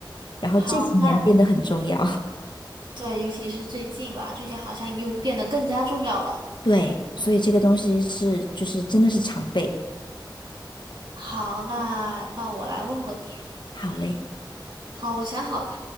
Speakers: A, on the left (about 65°); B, on the right (about 80°).
A: 然后这几年变得很重要。
B: 好，那对，尤其是最近吧，最近好像又变得更加重要了。
A: <laughs> 对，所以这个东西是就是真的是常备。
B: 好，那到我来问问你。
A: 好嘞，
B: 好，我想好了。